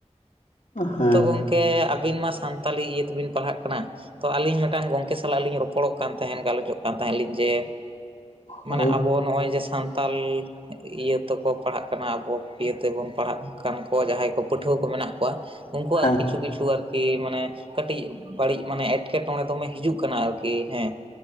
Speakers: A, on the left (about 85°); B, on the right (about 50°).
A: ᱦᱮᱸ
B: ᱛᱚ ᱠᱮ ᱟᱹᱵᱤᱱ ᱢᱟ ᱥᱟᱱᱛᱟᱞᱤ ᱤᱭᱟᱹ ᱛᱮᱵᱤᱱ ᱯᱟᱲᱦᱟᱜ ᱠᱟᱱᱟ ᱛᱚ ᱟᱹᱞᱤᱧ ᱢᱮᱴᱟᱱ ᱜᱚᱝᱠᱮ ᱥᱟᱞᱟᱜ ᱞᱤᱧ ᱨᱚᱯᱚᱲᱚᱜ ᱠᱟᱱ ᱛᱟᱦᱮᱸᱫ ᱜᱟᱞᱚᱪᱚᱜ ᱠᱟᱱ ᱛᱟᱦᱮᱸᱫ ᱞᱤᱧ ᱡᱮ
A: ᱦᱳᱭ
B: ᱢᱟᱱᱮ ᱟᱵᱚ ᱱᱚᱜᱼᱚᱭ ᱡᱮ ᱥᱟᱱᱛᱟᱞ, ᱤᱭᱟᱹ ᱛᱮᱠᱚ ᱯᱟᱲᱦᱟᱜ ᱠᱟᱱᱟ ᱟᱵᱚ ᱤᱭᱟᱹ ᱛᱮᱵᱚᱱ ᱯᱟᱲᱦᱟᱜ ᱠᱟᱱ ᱠᱚ ᱡᱟᱦᱟᱸᱭ ᱠᱚ ᱯᱟᱹᱴᱷᱩᱣᱟᱹ ᱠᱚ ᱢᱮᱱᱟᱜ ᱠᱚᱣᱟ ᱩᱱᱠᱩᱣᱟᱜ
A: ᱦᱮᱸ
B: ᱠᱤᱪᱷᱩ ᱠᱤᱪᱷᱩ ᱟᱨᱠᱤ ᱢᱟᱱᱮ ᱠᱟᱹᱴᱤᱡ ᱵᱟᱹᱲᱤᱡ ᱢᱟᱱᱮ ᱮᱸᱴᱠᱮᱴᱚᱬᱮᱸ ᱫᱚᱢᱮ ᱦᱤᱡᱩᱜ ᱠᱟᱱᱟ ᱟᱨᱠᱤ ᱠᱤ ᱦᱮᱸ